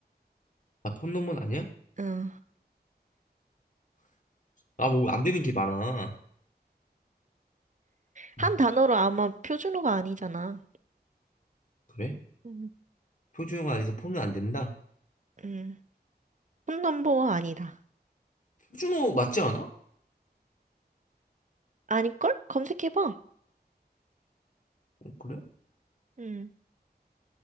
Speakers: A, on the left (about 50°); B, on the right (about 45°).
A: 아, 폰놈은 아니야?
B: 응.
A: 아, 뭐 안 되는 게 많아.
B: 한
A: 어,
B: 단어로 아마 표준어가 아니잖아.
A: 그래?
B: 응.
A: 표준어가 아니서 폰은 안 된다.
B: 응. 폰 넘버가 아니다.
A: 표준어 맞지 않아? 어,
B: 아닐걸? 검색해봐.
A: 그래?
B: 응.